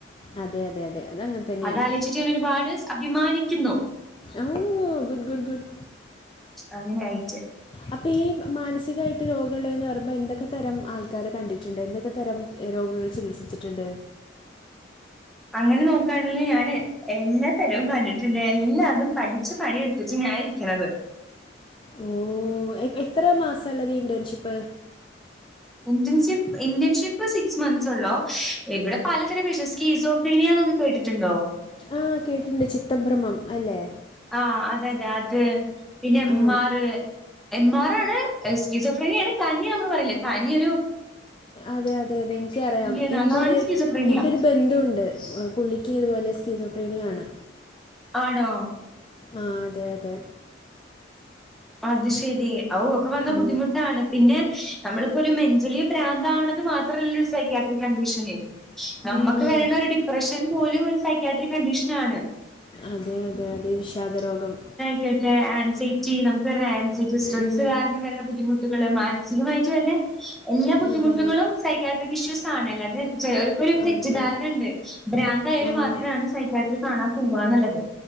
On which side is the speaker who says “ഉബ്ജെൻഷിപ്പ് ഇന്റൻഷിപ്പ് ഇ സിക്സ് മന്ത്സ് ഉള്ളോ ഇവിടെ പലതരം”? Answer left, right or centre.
Centre